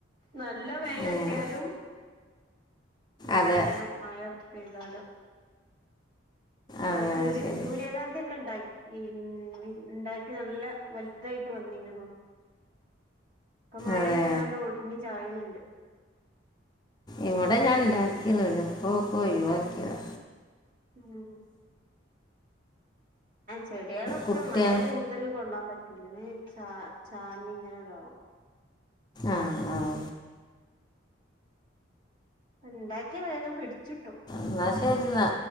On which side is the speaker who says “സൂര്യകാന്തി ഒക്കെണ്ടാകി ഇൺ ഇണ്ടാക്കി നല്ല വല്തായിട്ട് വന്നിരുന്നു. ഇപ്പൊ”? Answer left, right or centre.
Right